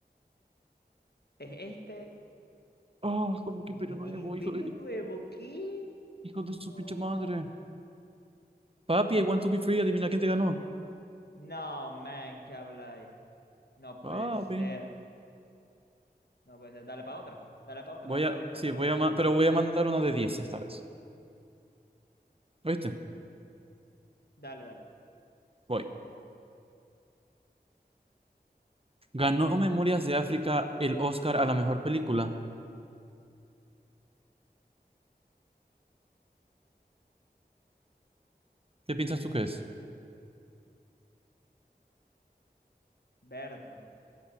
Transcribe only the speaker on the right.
Ah, como que
Imperio Nuevo,
hijo,
hijo de su
pinche madre. Papi, I want to be free, adivina quién te ganó.
Papi.
Voy
a,
sí,
voy
a, ma- pero voy a mandar una de diez esta vez. ¿Oíste?
Voy. Ganó Memorias de África el Oscar a la mejor película. ¿Qué piensas tú que es?